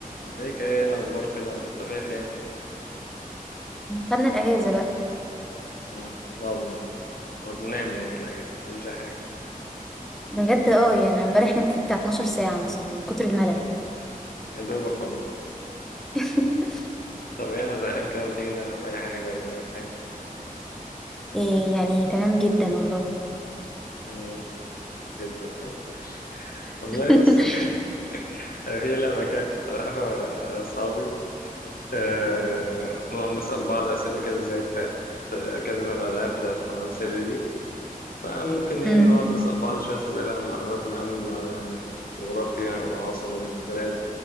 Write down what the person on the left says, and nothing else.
ازيك ايه الاخبار كده مختفية فين
مم. نقعد نقعد ننام يعني في الاجازة مفيش حاجة
مم. يا دوبك والله
طب ايه انا زهقان كده ما تيجي نلعب اي حاجة ولا نعمل حاجة
مم. جدا ها ماشي
والله بص <laughs> أنا في لعبة كده كنت بلعبها مع أصحابي آه، نقعد نسأل بعض أسئلة كده زي بتاعت آه، كذا الألعاب بتاعت مروان سري دي فممكن ايه
نقعد نسأل بعض شوية أسئلة عن المعلومات العامة عن الجغرافيا عن عواصم البلاد